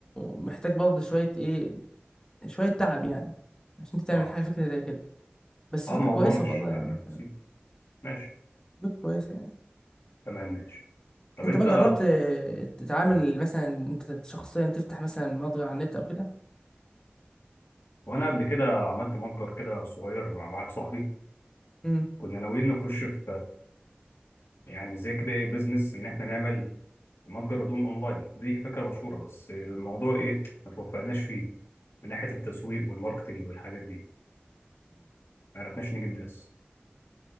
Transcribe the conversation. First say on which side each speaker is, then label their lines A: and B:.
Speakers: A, on the left; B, on the left.
A: محتاج برضو شوية إيه شوية تعب يعني عشان أنت تعمل
B: اه
A: حاجة فكرة زي كده بس
B: اه
A: فكرة
B: الموضوع
A: كويسة
B: مش
A: والله
B: مش
A: يعني
B: بسيط ماشي
A: فكرة كويسة يعني
B: تمام ماشي طب
A: أنت
B: انت
A: بقى جربت آه، تتعامل
B: قول-
A: مثلا أنت شخصيا تفتح مثلا متجر على النت أو كده
B: وانا قبل كده عملت متجر كده صغير مع واحد صاحبي
A: امم
B: كنا ناويين نخش في يعني زي كده ايه بيزنس ان احنا نعمل متجر هدوم اونلاين دي فكره مشهوره بس الموضوع ايه ما توفقناش فيه من ناحيه التسويق والماركتينج والحاجات دي ما عرفناش نجيب ناس